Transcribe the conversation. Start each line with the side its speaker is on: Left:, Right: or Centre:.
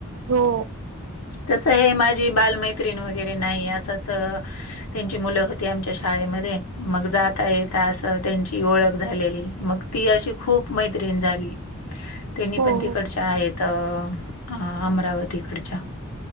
Right: हो.
Left: <inaudible> तस हे माझी बालमैत्रीिण वगैरे नाही असंच त्यांची मुलं होती आमच्या शाळेमध्ये, मग जाता येेत असं त्यांची ओळख झालेली मग. ती अशी खूप <inaudible> मैत्र्रीण झाली त्यांनी
Right: हो
Left: पण <inaudible> त
Right: हो
Left: आहेत अमरावतीकडच्या.